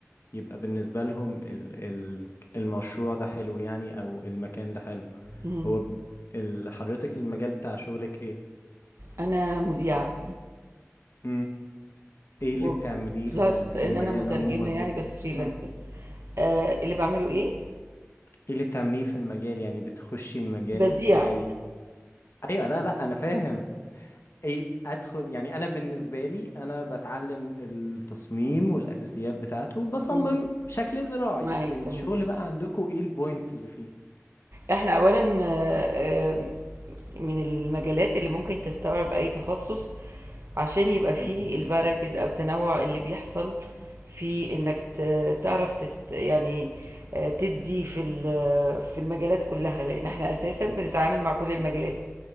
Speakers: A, on the left (about 55°); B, on the right (about 60°).
A: يبقى بالنسبة لهم ال... ال... المشروع ده حلو يعني أو المكان ده حلو
B: يعني
A: هو ب- ال... حضرتك المجال بتاع شغلك إيه؟
B: أنا مذيعة
A: مم. إيه اللي
B: وبلس
A: بتعمليه في ال... في
B: إن
A: المجال
B: أنا مترجمة
A: عموما
B: يعني
A: بت...
B: بس فريلانسر
A: مم.
B: آه اللي بعمله إيه؟
A: ايه اللي بتعمليه في المجال يعني بتخشي المجال
B: بذيع
A: ازاي ايوه لا لا انا فاهم ايه ادخل يعني انا بالنسبه لي انا بتعلم التصميم والاساسيات بتاعته بصمم
B: مم.
A: شكل زراعي
B: معاك
A: الشغل
B: تمام
A: بقى عندكم ايه البوينتس اللي فيه
B: إحنا أولا آه آه، من المجالات اللي ممكن تستوعب أي تخصص عشان يبقى فيه
A: مم.
B: الفارايتيز أو التنوع اللي بيحصل في إنك ت- تعرف تست يعني آه، تدي في ال- في المجالات كلها لأن إحنا أساسا بنتعامل مع كل المجالات